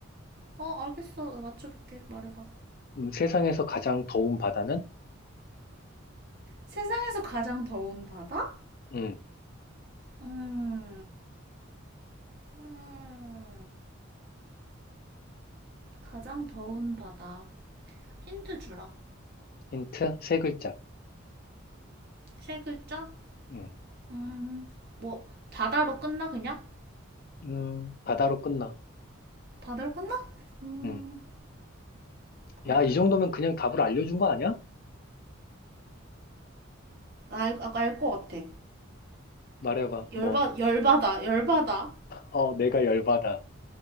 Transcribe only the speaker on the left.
음, 세상에서 가장 더운 바다는?
음,
힌트 세 글자.
음,
음, 바다로 끝나.
음,
야, 이 정도면 그냥 답을 알려준 거 아니야?
말해봐,
뭐.
어, 내가 열받아.